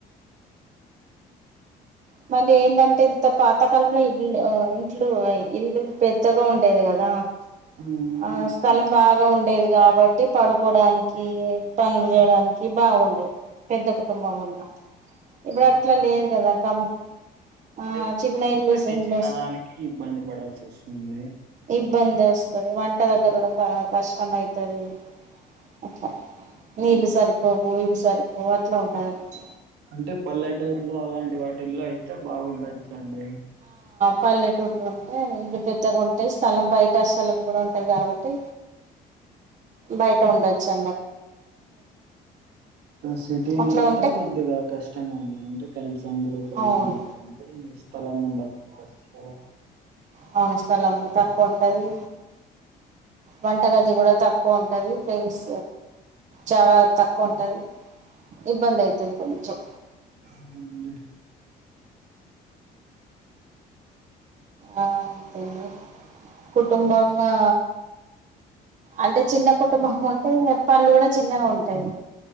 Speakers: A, on the right; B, on the right.
A: మల్లీ ఏందంటే ఇంత పాతకాలంలో ఇల్లు ఇంట్లు ఇల్లులు పెద్దగా ఉండేది కదా
B: హ్మ్.
A: ఆ స్థలం బాగా ఉండేదిగా కాబట్టి పడుకోడానికి పనులు చేయడానికి బాగుండే పెద్ద పెద్ద కుటుంబం ఉం ఇప్పుడు అట్లా
B: అలా
A: లేదు
B: కాదు
A: కదా కం ఆ
B: అంటే
A: చిన్న ఇల్లు
B: ప్రతి
A: ఇల్లు
B: చిన్నదానికి ఇబ్బంది పడాల్సి వస్తుంది
A: ఇబ్బంది వస్తుంది వంట దగ్గర
B: అవును.
A: కూడా క కష్టం అైతది అట్లా నీళ్లు
B: ఆ
A: సరిపోవు ఇవి సరిపోవు అట్లా ఉంటదంన్మాట
B: అంటే పల్లెటూర్లో అలాంటి వాటిల్లో అయితే బాగుండొచ్చండి
A: పల్లెటూర్లో ఉంటే ఇల్లు పెద్దగా ఉంటాయి స్థలం బయట పెద్ద స్థలం కూడా ఉంటది కాబట్టి బైట ఉండచ్చా
B: సిటీలో
A: అట్లా
B: అయితే
A: ఉంటే
B: కొద్దిగా కష్టమండి అంటే కలిసి అందరూ కలిసి
A: అవును
B: ఉండచంటే స్థలం ఉండకపోవచ్చు
A: కాళీ స్థలం తక్కువుంటది వంటగది కూడా తక్కువ ఉంటది ప్లేస్ చాలా తక్కువ ఉంటది ఇబ్బంధైతది కొంచెం
B: అవునండి
A: ఆ అంతేండి కుటుంబం ఆ అంటే చిన్న కుటుంబం ఉంటాయి పనులు కూడా చిన్నగా ఉంటాయి